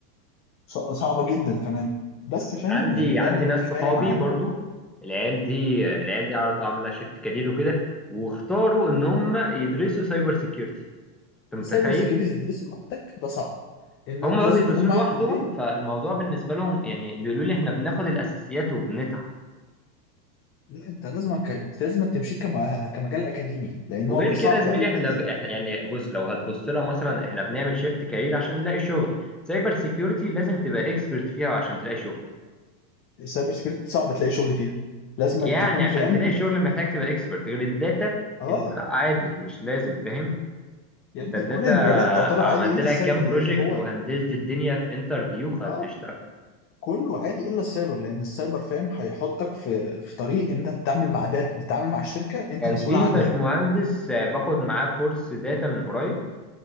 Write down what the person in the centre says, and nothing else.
عندي
عندي
ناس
صحابي
برضو العيال دي العيال دي عرض عامله شيفت كارير وكده واختاروا ان هم يدرسوا سايبر سيكيورتي انت
متخيل
هم
بقى
بيدرسوه
لوحدهم
فالموضوع بالنسبه لهم يعني بيقولوا لي احنا بناخد الاساسيات وبنتعب
وغير
كده يا زميلي
احنا
ب... احنا يعني بص لو هتبص لها مثلا احنا بنعمل شيفت كارير عشان نلاقي شغل سايبر سيكيورتي لازم تبقى اكسبرت فيها عشان تلاقي شغل
يعني
عشان
تلاقي شغل محتاج تبقى اكسبرت غير الداتا
انت لا عادي مش لازم فاهم
انت
الداتا
عملت
لها
كام بروجكت
وهندلت الدنيا في انترفيو هتشتغل
كان
في
باشمهندس آه، باخد معاه كورس داتا من قريب